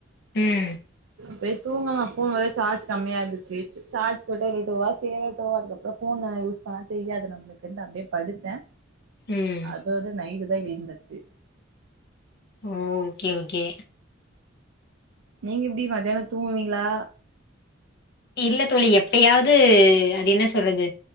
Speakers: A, on the left; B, on the right.
A: ம்
B: போய் தூங்கலா ஃபோன் வெற சார்ஜ் கம்மியா இருந்துச்சு சார்ஜ் போட்டு விட்ட வா சேரட்டோ அதுக்கப்புறொ ஃபோனு யூஸ் பண்ண தெரியாது நம்ளுக்குன்ட்டு அப்டியே படுத்தே
A: ம்
B: அதோட நைவ் டா விழுந்தச்சு
A: ஓ ஓகே ஓகே
B: நீங்க இப்டி மத்தியானோ தூங்குவீங்களா
A: இல்ல தோழி எப்பயாது அது என்ன சொல்றது